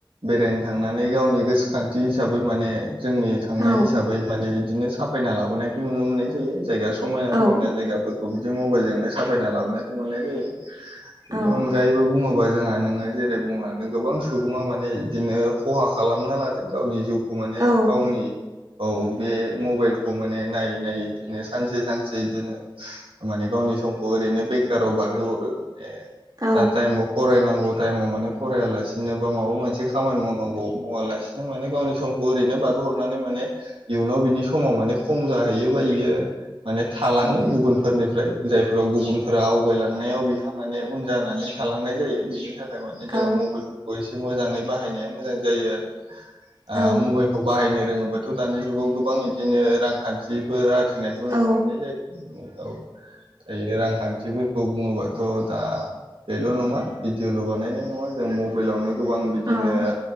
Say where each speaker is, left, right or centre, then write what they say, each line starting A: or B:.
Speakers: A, on the right; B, on the right.
A: बेरायनो थांनानै गावनि गोसोखांथि हिसाबै माने जोंनि थांनाय
B: औ
A: हिसाबै माने बिदिनो साफायना लाबोनायखौ नुनो मोननाय जायो जायगा समायना समायना
B: औ
A: जायगाफोर खौ बिदि मबेइलजोंनो साफायना लाबोनायखौ मोननाय जायो बेनि
B: औ
A: अनगायैबो बुङोबा जोंहा नोङो जेरै बुंलांदों गोबां सुबुङाव माने बिदिनो खहा खालामना लादों गावनि जिउखौ माने
B: औ
A: <unintelligible> गावनि औ बे मबेइलखौ माने नायै नायै बिदिनो सानसे सानसे बिदिनो माने गाव नि समखौ ओरैनो बेखाराव बारहोहरो <unintelligible>
B: औ
A: जा टाइमाव फरायनांगौ टाइमाव माने फरायालासिनो बा माबा मोनसे खामानि मावनांगौ मावालासिनो माने गावनि समखौ ओरैनो बारहोहरनानै माने इयुनाव बिनि समाव माने खम जाहैयो। <unintelligible> माने थालाङो
B: उम
A: गुबुनफोरनिफ्राय जायफोराव गुबुनफोरा आवगायलांनायाव बिहा माने उन जानानै थालांनाय जायो बिनि थाखाय माने जोङो
B: औ
A: मबेइलफोरखौ एसे मोजाङै बाहायनाया मोजां जायो आरो। ओ
B: औ
A: मबाइलखौ बाहायनो रोङोबाथ' दानि जुगाव गोबां इदिनो रांखान्थिफोर आर जिनायखौ नुनो
B: औ अ
A: मोननाय जायो औ दायो रांखान्थि खौ बुङोबाथ' दा बेल' नङा भिडिअ'ल' बानायनाय नङा जों <unintelligible> मबेइलावनो गोबां बिदिनो
B: औ